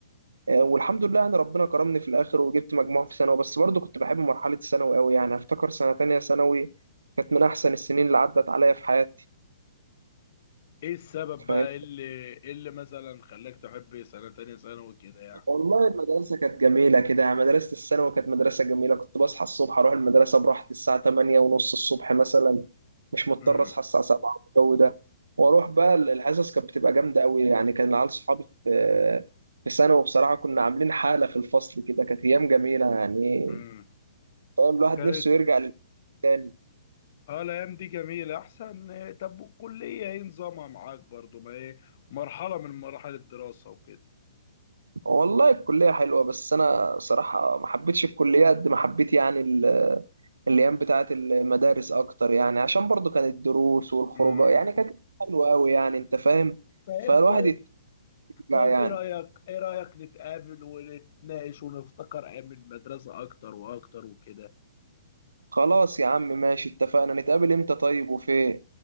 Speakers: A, on the right; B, on the left.
A: آه، والحمد لله يعني ربنا كرمني في الاخر وجبت مجموع في ثانوي بس برضه كنت بحب مرحلة الثانوي قوي يعني افتكر سنة تانية ثانوي كانت من احسن السنين اللي عدت عليا في حياتي
B: ايه السبب بقى
A: فاهم؟
B: اللي اللي مثلا خلاك تحب سنة تانية ثانوي كده يعني
A: والله المدرسة كانت جميلة كده يعني مدرسة الثانوي كانت مدرسة جميلة كنت بصحى الصبح أروح المدرسة براحتي الساعة 8 ونص الصبح مثلا مش مضطر
B: امم
A: أصحى الساعة 7 والجو ده وأروح بقى الحصص كانت بتبقى جامدة أوي يعني كان العيال صحابي في في ثانوي بصراحة كنا عاملين حالة في الفصل كده كانت أيام جميلة يعني
B: امم
A: فاهم الواحد
B: كانت
A: نفسه يرجع للتاني
B: اه الايام دي جميله احسن آه، طب والكليه ايه نظامها معاك برضو ما ايه مرحله من مراحل الدراسه وكده
A: والله الكلية حلوة بس أنا صراحة ما حبيتش الكلية قد ما حبيت يعني ال- الأيام بتاعة المدارس أكتر يعني عشان برضو كانت الدروس والخروجات
B: امم
A: يعني كانت حلوة أوي يعني أنت فاهم
B: طيب
A: فالواحد يترجع
B: طيب
A: يعني
B: ايه رايك ايه رايك نتقابل ونتناقش ونفتكر ايام المدرسه اكتر واكتر وكده
A: خلاص يا عم ماشي اتفقنا نتقابل إمتى طيب وفين